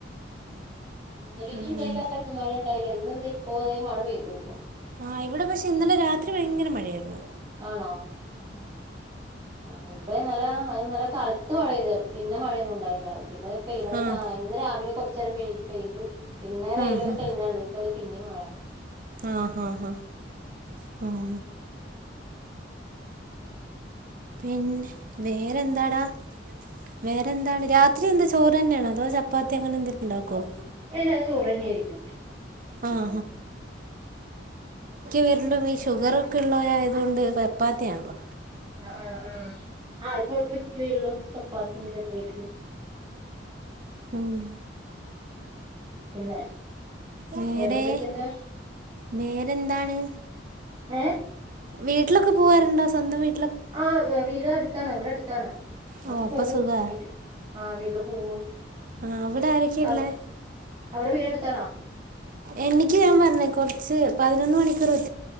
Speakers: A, on the right (about 25°); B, on the right (about 45°).
A: ആഹ് ഇന്നലെ ഒന്നും
B: ഉം
A: ഇണ്ടായില്ല ആഹ് മഴണ്ടായില്ല ഇന്ന് ഇപ്പോ മഴ പെയ്തു ഇപ്പോ
B: ആഹ് ഇവിടെ പക്ഷെ ഇന്നലെ രാത്രി ഭയങ്കര മഴയായിരുന്നു
A: ആണോ ആഹ് ആഹ് ഇവിടെ ഇന്നലെ നല്ല കാലത്ത് മഴെയ്തായിരുന്നു പിന്നെ മഴ- ണ്ടായി പിന്നെ പെയ്
B: ആഹ്
A: ഇന്ന് രാവിലെ കുറച്ച നേരം പെയ്തു പിന്നെ വെയിലൊക്കെ
B: ആഹ്
A: തെളിഞ്ഞ ഇപ്പത് പിന്നിം മയ
B: ആഹ് ഹാ ഹാ ഹ
A: മ്
B: പിന്നെ വേറെന്താടാ വേറെന്താണ് രാത്രി എന്താ? ചോറ് തന്നെയണതോ ചപ്പാത്തി അങ്ങെന്തെങ്കണ്ടാക്കുമോ?
A: എല്ലാ സൂറന്നെ ആായിരിക്കും.
B: ആഹ് വരിലും ഈ ഷുഗർ ഒക്കെ ഉള്ളവരയതുകൊണ്ട് പപ്പാത്തിയാ ണല്ലോ?
A: ആ ആ ആ ആ്പ്പ <unintelligible> ള്ളൂ ചപ്പാത്തിന് പറ്റായിരിക്കും.
B: ഉമ്
A: പിന്നെ <unintelligible>
B: വേരെ
A: വേറെന്തൊക്കെയുണ്ട്
B: വേരെന്താണ്
A: ഏ
B: വീട്ടിലൊക്കെ പോവാറുണ്ടോ സ്വന്തംമായി
A: ആഹ വീടെ അടുത്താണ് ഇവിടെ അടുത്താണ്
B: ഓ
A: അപ്പൊ പോവും
B: സുഖാ
A: വീട്ടിൽ ആ വീട്ടില് പോകവും
B: ആ അവിടെ ആരൊക്കെയുള്ളേ
A: ഉ അവിടെ വീടെ എടുത്തണോ
B: എനിക്ക് ഞാൻ പറഞ്ഞേ കൊറച്ച് പതിനൊന്ന് മണിക്കൂർ വ